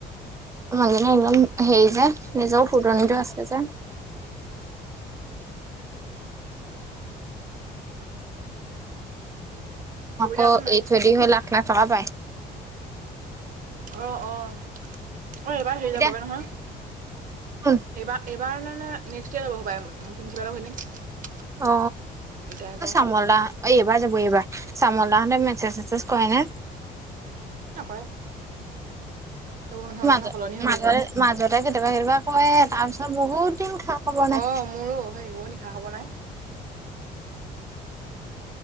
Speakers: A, on the right; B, on the right.
A: মাজে ন একদম সেই যে <unintelligible> নিজৰও ফুটনিটো
B: উম
A: আছে যে
B: ববিতা
A: আকৌ
B: আছে নাই
A: এই ছদি হৈ লাখ লাখ টকা পাই।
B: অ অঁ অ এইবাৰ
A: ববিতা
B: হেৰি যাবগে নহয় এইবাৰ
A: শুন
B: এইবাৰ নে নে নেষ্ট ইয়াৰ যাব হপাই প্ৰিন্সিপাল ঘৈণীয়েক। <unintelligible>
A: অ
B: এতিয়া আহিব
A: অ চামল দা অ এইবাৰ যাব এইবাৰ চামল দাহতে মেছেজ চেছেজ কৰেনে
B: নকৰে এইবোৰ মানুহৰ
A: মাজ
B: মানুহ সলনি হৈ
A: মাজ
B: গ'ল
A: মাজতে কেতিয়াবা কেতিয়াবা কয় তাৰ পিছত বহুত দিন খা খবৰ নাই
B: অ মোৰো সেই একো খা খবৰ নাই